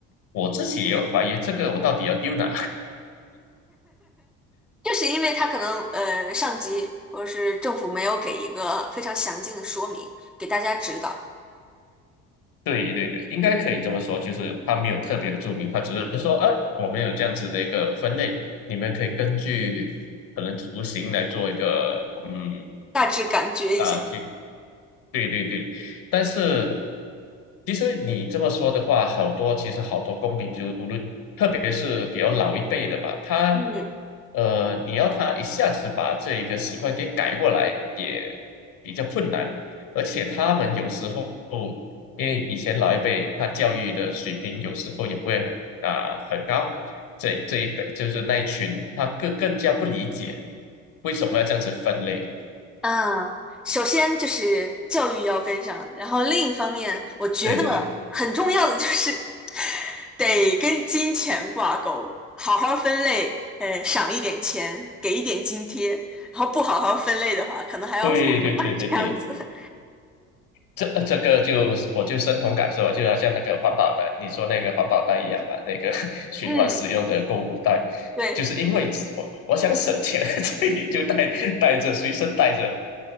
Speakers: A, on the left; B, in the centre.
A: 我自己也有怀疑，这个我到底要丢哪
B: 就是因为他可能呃上级或者是政府没有给一个非常详尽的说明，给大家指导，
A: 对对对，应该可以这么说，就是它没有特别的注明，它只是说，呃，我们有这样子的一个分类，你们可以根据可能图形来做一个，嗯
B: 大致感觉一下。
A: 啊，对对对，但是其实你这么说的话，好多其实好多公民，就是无论特别是比较老一辈的吧，他
B: 嗯
A: 呃，你要他一下子把这一个习惯给改过来，也比较困难。而且他们有时候，因为以前老一辈他教育的水平有时候也不会很啊、很高，这这一辈就是那一群，他更更加不理解为什么要这样子分类。
B: 啊，首先就是教育要跟上，然后另一方面，我觉得很重要的就是
A: 对对对
B: 得跟金钱挂钩，好好分类，呃，赏一点钱，给一点津贴，然后不好好分类的话，可能还要罚款这样子。
A: 对对对对对。
B: <laughs>
A: 这呃这个就我就深同感受啊就好像那个环保袋，你说那个环保袋一样吧，那个 <laughs> 循环使用的购物袋，
B: 嗯，对。
A: 就是因为我我想省钱，<laughs> 所以就带带着随身带着。